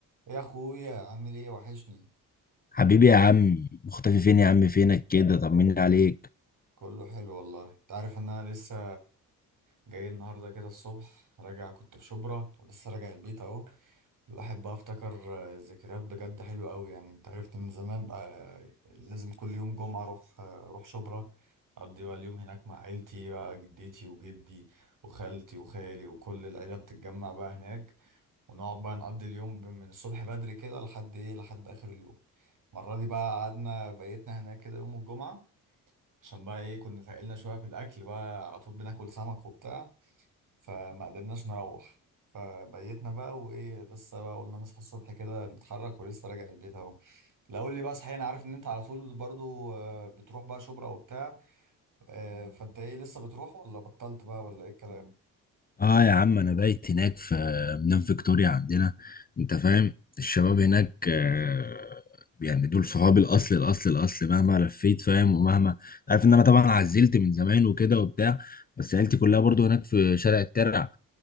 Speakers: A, on the right (about 55°); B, on the left (about 25°).
A: يا اخويا عامل ايه وحشني
B: حبيبي يا عم مختفي فين يا عم فينك كده طمني عليك
A: كله حلو والله انت عارف ان انا لسه جاي النهارده كده الصبح راجع كنت في شبرا ولسه راجع البيت اهو الواحد بقى افتكر آه، ذكريات بجد حلوه قوي يعني انت عرفت من زمان بقى آه، لازم كل يوم جمعه اروح آه، اروح شبرا اقضي بقى اليوم هناك مع عيلتي بقى جدتي وجدي وخالتي وخالي وكل العيله بتتجمع بقى هناك ونقعد بقى نقضي اليوم ب- من الصبح بدري كده لحد ايه لحد اخر اليوم المرة دي بقى قعدنا بيتنا هناك كده يوم الجمعة عشان بقى ايه كنا فاقلنا شوية في الاكل بقى على طول بناكل سمك وبتاع فما قدرناش نروح فبيتنا بقى وايه لسه بقى قلنا نصحى الصبح كده نتحرك ولسه راجع البيت اهو لا قول لي بقى صحيح انا عارف ان انت على طول برضو آه، بتروح بقى شبرا وبتاع آه، فانت ايه لسه بتروح ولا بطلت بقى ولا ايه الكلام
B: اه يا عم انا بايت هناك في مدينة فيكتوريا عندنا انت فاهم الشباب هناك آه، يعني دول صحابي الاصل الاصل الاصل مهما لفيت فاهم ومهما عارف ان انا طبعا عزلت من زمان وكده وبتاع بس عيلتي كلها برضو هناك في شارع الترع